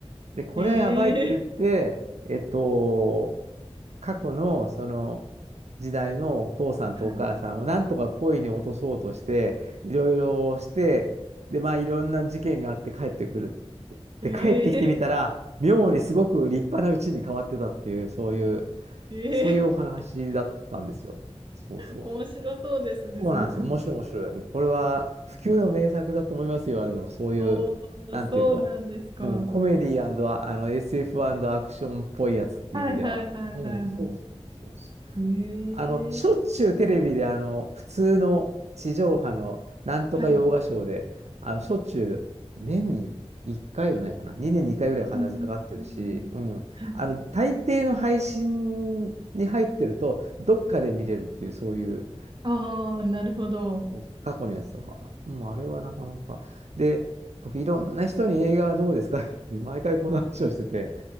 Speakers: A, on the right; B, on the right.
A: で、これはやばいって言って、
B: ええ
A: えっと、過去のその時代のお父さんとお母さんをなんとか恋に落とそうとして、
B: はい、
A: いろいろして、で、まあいろんな事件があって帰ってくるって。で、
B: ええ
A: 帰ってきてみたら、妙にすごく立派な家に変わってたっていう、そういう、
B: <laughs>
A: そういうお話だったんですよ。
B: ええ
A: そうそう
B: 面白そうですね、
A: そうなんです。
B: そういうの。
A: 面白い面白い。うんこれは不朽の名作だと思いますよ。あの、そういう、
B: <laughs> おー、
A: なんていうの、
B: そうなんですか。
A: うん、
B: はい
A: コメディああの SF& アクションっぽいやつっていう意味では。
B: はいはいはいは
A: うん、そうそうそうそう。
B: い。
A: あの、しょっちゅうテレビで、
B: ええ
A: あの、普通の地上波のなんとか洋画ショーで、
B: はい。
A: あの、しょっちゅう年に1回はないかな。2年に2回ぐらいは必ずかかってるし、
B: うんうんうんうん
A: うん。
B: はい。
A: あの、大抵の配信に入ってると、どっかで見れるっていう、そういう、
B: ああ、なるほど。
A: もう過去のやつとか、もうあれはなかなか。で、僕、いろんな人に映画はどうですか <laughs> って毎回この話をしてて、